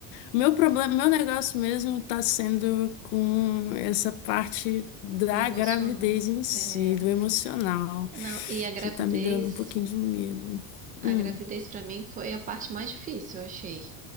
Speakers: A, on the left; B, on the right.
A: Meu problema, meu negócio mesmo tá sendo com essa parte da
B: não emociona.
A: gravidez em si,
B: É,
A: do emocional
B: não, e a gravidez.
A: que tá me dando um pouquinho de medo.
B: A
A: Hum,
B: gravidez pra mim foi a parte mais difícil, eu achei.